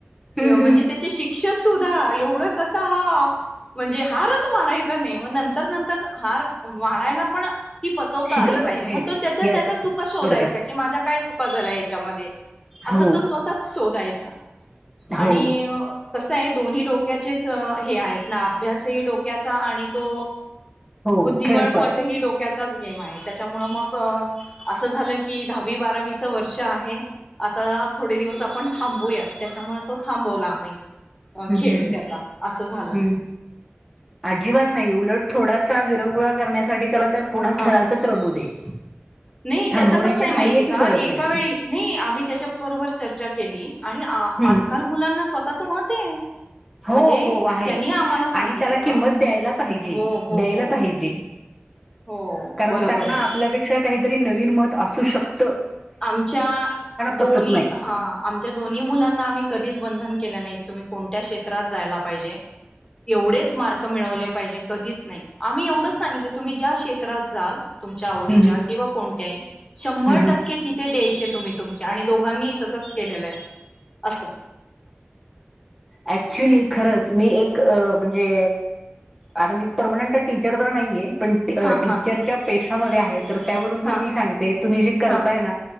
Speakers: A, in the centre; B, on the left.
A: हम्म
B: म्हणजे
A: हम्म
B: त्याचे शिक्षक सुद्धा एवढं कस हा म्हणजे हारच मानायचं नाही म नंतर नंतर हार वाढायला पण ती पचवता
A: शिकलं
B: आली पाहिजे मग तो त्याच्या
A: येस
B: त्याच्या चुका शोधायच्या
A: बरोबर
B: की माझ्या काय चुका झाल्या असं
A: हो
B: तो स्वतः शोधायचा
A: हो
B: आणि कस आहे दोन्ही डोक्याचेच हे आहेत ना अभ्यासही डोक्याचा आणि तो
A: हो
B: बुद्धिबळ
A: खेळ पण.
B: पट ही डोक्याचा गेम आहे त्यांच्यामुळे मग असं झालं की दहावी बारावीच वर्ष आहे आता थोडे दिवस आपण थांबूयात त्याच्यामुळे तो थांबवला आम्ही
A: हं,
B: खेळ
A: हं, हं,
B: त्याचा असं झालं
A: हं. अजिबात नाही उलट थोडासा विरंगुळा करण्यासाठी त्याला त्या पुन्हा
B: ह
A: खेळातच रंगू दे
B: नाही
A: थांबवण्याची
B: त्याच कसे आहे
A: काही
B: माहिती
A: एक
B: का
A: गरज
B: एका
A: नाहीये.
B: वेळी नाही आम्ही त्याच्याबरोबर चर्चा चर्चा केली आणि आजकाल
A: हं.
B: मुलांना स्वतःच मत आहे
A: हो
B: म्हणजे
A: हो आहे
B: त्यांनी आम्हाला सांगितलं
A: आणि त्याला किंमत द्यायला पाहिजे
B: हो हो
A: द्यायला
B: हो
A: पाहिजे
B: हो
A: कारण
B: बरोबर
A: त्यांना
B: आहे
A: आपल्यापेक्षा काहीतरी नवीन मत असू शकते
B: आमच्या दोन्ही
A: पचत नाही.
B: हा आमच्या दोन्ही मुलांना आम्ही कधीच बंधन केलं नाही तुम्ही कोणत्या क्षेत्रात जायला पाहिजे एवढेच मार्क मिळवले पाहिजे कधीच नाही आम्ही एवढंच सांगितलं तुम्ही ज्या क्षेत्रात जाल तुमच्या आवडीच्या
A: हं, हं,
B: किंवा कोणत्याही शंभर
A: हं, हं.
B: टक्के थे द्यायचे तुम्ही तुमच्या आणि दोघांनी तसचे केलेलं आहे असे
A: ऍक्चुली खरंच मी एक म्हणजे आता मी परर्मनंट टीचर तर नाहीये पण
B: हा
A: टीचरच्या
B: हा
A: पेशामध्ये आहे तर त्यावरून
B: हा
A: तर मी सांगते तुम्ही जे करताय
B: हा
A: ना